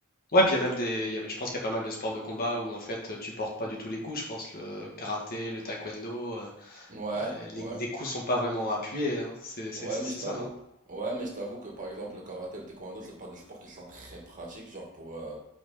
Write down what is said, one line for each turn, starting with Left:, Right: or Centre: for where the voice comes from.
Left: Ouais, puis il y a même des. il y avait- je pense qu'il y a pas mal de sports de combat où en fait tu portes pas du tout les coups. Je pense le karaté, le taekwondo, euh,
Right: Ouais,
Left: euh, les,
Right: ouais.
Left: les coups sont pas vraiment appuyés. hein. C'est c'est
Right: Ouais,
Left: ça,
Right: mais
Left: c'est
Right: je t'avoue,
Left: ça, non?
Right: ouais, mais je t'avoue que par exemple le karaté, et le taekwondo, c'est pas des sports qui sont très pratiques, genre pour. euh,